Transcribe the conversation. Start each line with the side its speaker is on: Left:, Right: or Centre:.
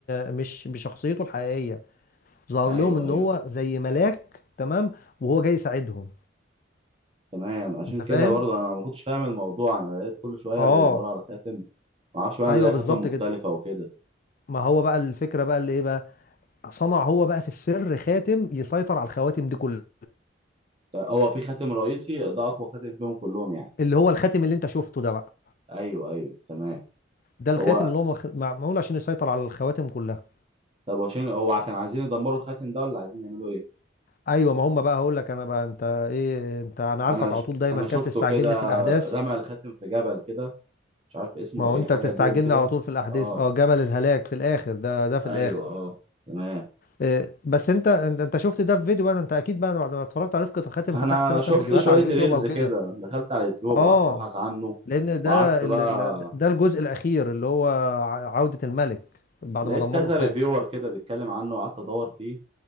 Left: مش بشخصيته الحقيقية ظهر
Right: ايوه
Left: لهم ان
Right: ايوه
Left: هو زي ملاك تمام وهو جاي يساعدهم
Right: تمام عشان
Left: انت
Right: كده
Left: فاهم
Right: برضه انا ما كنتش فاهم الموضوع انا لقيت كل شويه
Left: اه
Right: بيدوروا على خاتم ما اعرفش بقى
Left: ايوه
Right: ان ليها
Left: بالظبط
Right: خاتم مختلفه
Left: كده
Right: وكده
Left: ما هو بقى الفكره بقى اللي ايه بقى صنع هو بقى في السر خاتم يسيطر على الخواتم دي كلها
Right: هو في خاتم رئيسي ده اقوى خاتم فيهم كلهم يعني
Left: اللي هو الخاتم اللي انت شفته ده بقى
Right: ايوه ايوه تمام
Left: ده الخاتم
Right: هو
Left: اللي هو مخ- معمول عشان يسيطر على الخواتم كلها
Right: طب عشان هو كان عايزين يدمروا الخاتم ده ولا عايزين يعملوا ايه
Left: ايوه ما هم بقى هقول لك انا بقى انت ايه انت انا عارفك
Right: انا ش...
Left: على طول دايما
Right: انا
Left: كده
Right: شفته
Left: بتستعجلني
Right: كده
Left: في الاحداث
Right: رمى الخاتم في جبل كده مش عارف اسمه
Left: ما هو
Right: ايه
Left: انت
Right: حاجه
Left: بتستعجلني
Right: دوم كده
Left: على طول في الاحداث
Right: اه
Left: اه جبل الهلاك في الاخر ده ده في
Right: ايوه
Left: الاخر
Right: اه تمام
Left: إيه، بس انت انت أنت شفت ده في فيديو بقى ده انت اكيد بقى بعد ما اتفرجت على رفقة الخاتم
Right: انا
Left: فتحت مثلا
Right: شفت
Left: فيديوهات
Right: شويه
Left: على اليوتيوب
Right: ريلز
Left: او كده
Right: كده دخلت على اليوتيوب
Left: اه
Right: وقعدت ابحث عنه
Left: لان
Right: وقعدت
Left: ده
Right: بقى
Left: ال... ال- ده الجزء الاخير اللي هو ع- عودة الملك بعد
Right: لقيت
Left: ما دمروا
Right: كذا
Left: الخاتم
Right: ريفيور كده بيتكلم عنه وقعدت ادور فيه